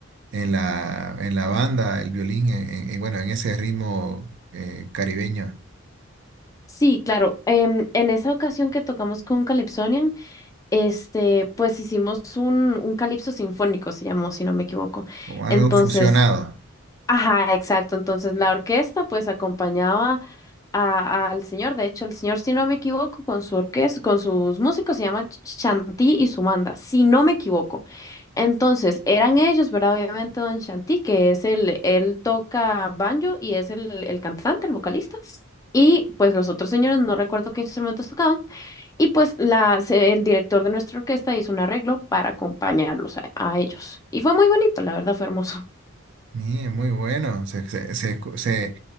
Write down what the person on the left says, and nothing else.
sí, claro. Em, en esa ocasión que tocamos con Calypsonian, Este, pues hicimos un, un calipso sinfónico, se llamó, si no me equivoco.
Entonces,
ajá, exacto. Entonces, la orquesta pues acompañaba a- al señor. De hecho, el señor, si no me equivoco, con su orquesta, con sus músicos, se llama Ch- Chanty y su banda, si no me equivoco. Entonces, eran ellos, ¿verdad? Obviamente, don Chanty, que es el, él toca banjo y es el, el cantante, el vocalista. Y pues los otros señores, no recuerdo qué instrumentos tocaban. Y pues la, se- el director de nuestra orquesta hizo un arreglo para acompañarlos a, a ellos. Y fue muy bonito, la verdad, fue hermoso. <laughs>